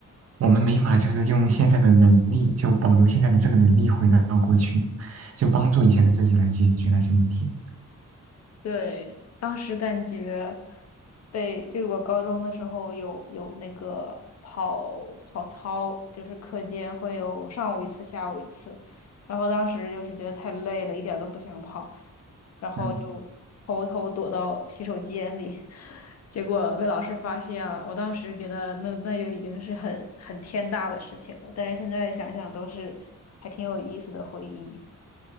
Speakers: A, on the right; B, on the left.
A: 我们没法就是用现在的能力，就保留现在的这个能力回到过去，就帮助以前的自己来解决那些问题。
B: 对，当时感觉被，就我高中的时候有有那个跑跑操，就是课间会有上午一次，下午一次，然后当时就是觉得太累了，一点儿都不想跑，然后就偷偷躲到洗手间里，
A: 嗯
B: <laughs> 结果被老师发现了。我当时觉得那那就已经是很很天大的事情了，但是现在想想都是还挺有意思的回忆。